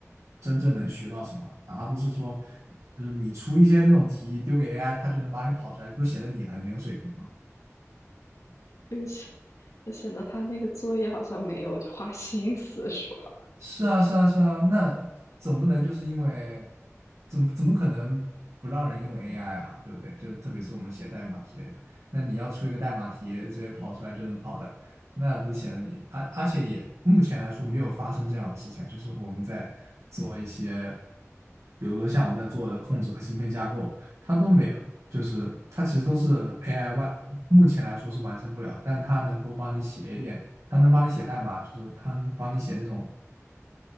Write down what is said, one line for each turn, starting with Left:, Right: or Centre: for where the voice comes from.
Right: 真正能学到什么，而不是说就是你出一些那种题丢给 AI，它就能把你跑出来，不显得你很没有水平吗？
Left: 就是显就显得他那个作业好像没有花心思是吧？
Right: 是啊，是啊，是啊，那总不能就是因为怎么怎么可能不让人用 AI 啊，对不对？就特别是我们写代码之类的，那你要出一个代码题，直接跑出来就能跑的，那不是显得你，而而且也目前来说没有发生这样的事情啊，就是我们在做一些，比如说像我在做的控制和芯片架构，它都没有，
Left: 嗯，
Right: 就是它其实都是 AI 外，目前来说是完成不了，但它能够帮你写一点。它能帮你写代码，就是它能帮你写那种